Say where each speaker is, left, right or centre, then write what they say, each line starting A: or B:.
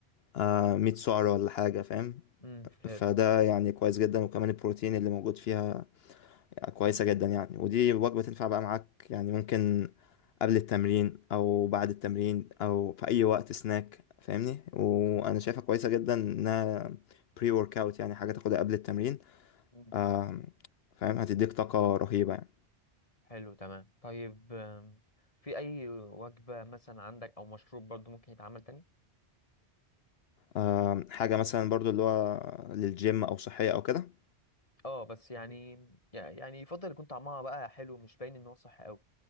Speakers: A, on the left; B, on the left.
A: آه 100 سعر ولا حاجة فاهم
B: امم حلو
A: فده يعني كويس جدا وكمان البروتين اللي موجود فيها كويسة جدا يعني ودي وجبة تنفع بقى معاك يعني ممكن قبل التمرين أو بعد التمرين أو في أي وقت سناك فاهمني وأنا شايفها كويسة جدا إنها بري ورك أوت يعني حاجة تاخدها قبل التمرين
B: مم.
A: آم، فاهم هتديك طاقة رهيبة يعني
B: حلو تمام طيب آم، في اي وجبة مثلا عندك او مشروب برضو ممكن يتعمل تاني
A: آم، حاجة مثلا برضو اللي هو للجيم أو صحية أو كده
B: اه بس يعني يعني يفضل يكون طعمها بقى حلو مش باين ان هو صح قوي